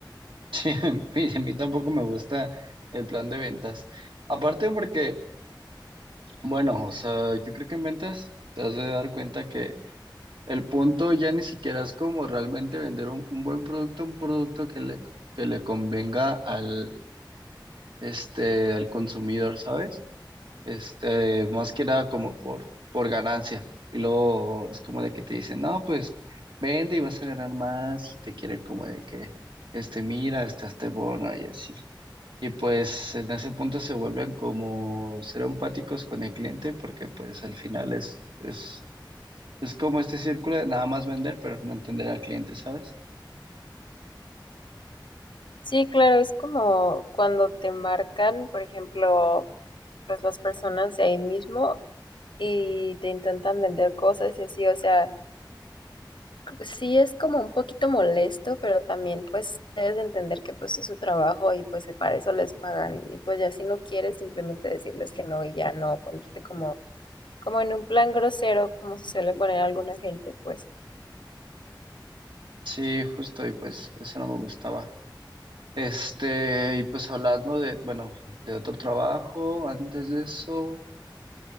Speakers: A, on the right; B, on the left.
A: <laughs> Y a mí tampoco me gusta el plan de ventas. Aparte porque, bueno, o sea, yo creo que en ventas te has de dar cuenta que el punto ya ni siquiera es como realmente vender un, un buen producto, un producto que le, que le convenga al, este, al consumidor, ¿sabes? este, más que nada como por, por ganancia. Y luego es como de que te dicen, no, pues vende y vas a ganar más y te quieren como de que, este, mira, está este bono y así. Y pues en ese punto se vuelven como ser empáticos con el cliente porque pues al final es, es, es como este círculo de nada más vender pero no entender al cliente, ¿sabes?
B: Sí, claro, es como cuando te marcan, por ejemplo, pues las personas de ahí mismo y te intentan vender cosas y así, o sea, Sí, es como un poquito molesto, pero también pues debes de entender que pues es su trabajo y pues para eso les pagan. Y pues ya si no quieres, simplemente decirles que no y ya no ponerte como, como en un plan grosero, como se suele poner alguna gente, pues.
A: Sí, justo, y pues eso no me gustaba. Este, y pues hablando de, bueno, de otro trabajo, antes de eso,